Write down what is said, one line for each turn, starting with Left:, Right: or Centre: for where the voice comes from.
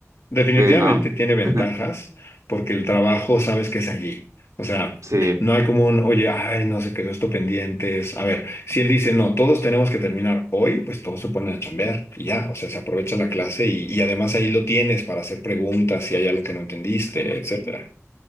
Left: Definitivamente
Right: eh, ¿no?
Left: tiene ventajas
Right: <laughs>
Left: porque el trabajo sabes que es allí. O sea,
Right: Sí.
Left: no hay como un, oye, ay, no se quedó esto pendientes. A ver, si él dice, no, todos tenemos que terminar hoy, pues todos se ponen a chambear y ya, o sea, se aprovecha la clase y, y además ahí lo tienes para hacer preguntas si hay algo que no entendiste, etcétera.